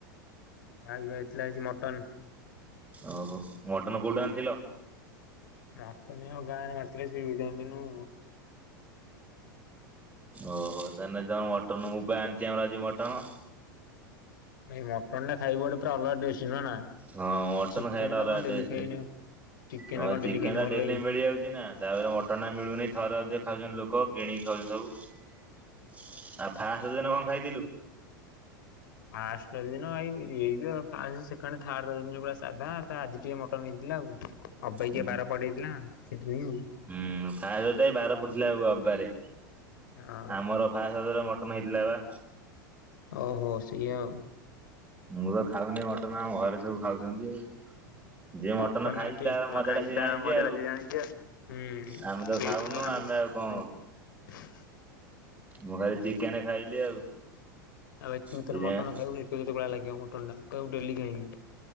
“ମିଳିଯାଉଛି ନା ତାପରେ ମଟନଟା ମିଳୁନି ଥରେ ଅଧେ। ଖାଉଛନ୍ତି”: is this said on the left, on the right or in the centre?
Right